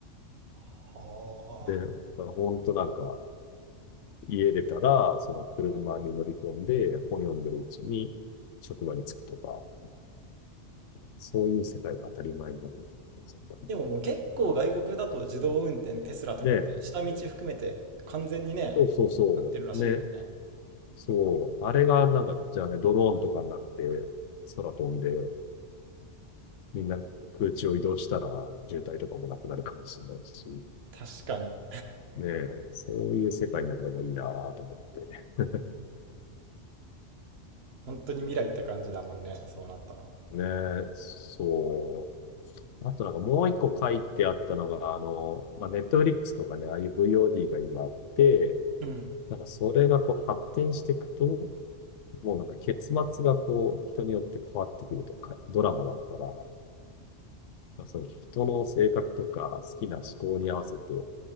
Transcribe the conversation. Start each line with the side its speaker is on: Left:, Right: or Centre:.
Right: はあ。
Left: で、本当なんか、家出たら、その車に乗り込んで、本読んでるうちに職場に着くとか、そういう世界が当たり前になるみたいな感じだったんで。
Right: でももう結構外国だと自動運転、テスラとかって下道含めて完全にね、
Left: で、そうそうそう、
Right: なってるらしいもんね。
Left: ね、そう、あれがなんか、じゃあね、ドローンとかになって、空飛んで、みんな空中を移動したら渋滞とかもなくなるかもしれないし、
Right: 確かに。
Left: ねえ、そういう世界になればいいなと思って。<laughs>
Right: 本当に未来って感じだもんね。そうなったら。
Left: ねえ、そう。あとなんかもう一個書いてあったのが、あの、まあ、ネットフリックスとかね、ああいう VOD が今あって、
Right: うん。
Left: なんかそれがこう発展していくと、もうなんか結末がこう人によって変わってくるとか、ドラマだったら、まあその人の性格とか好きな思考に合わせて